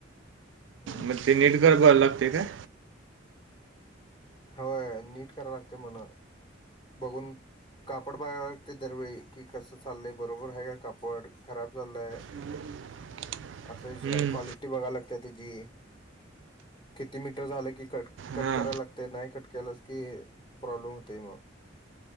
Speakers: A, on the left; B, on the right.
A: हम्म
B: मग ते नीट गर्भ लागते काय?
A: होय नीट कराव लागते म्हण. बघून. कापड बघायला लागते दरवेळी की कस चाललय बरोबर आहे का कापड खराब झालेलय?
B: <inaudible>
A: असा
B: हम्म
A: विषय आहे, क्वालिटी बघाय लागते त्याची. किती मीटर झाल की कट कट
B: हां
A: करायला लागते नाही कट केला की. प्रॉब्लेम होतय मग.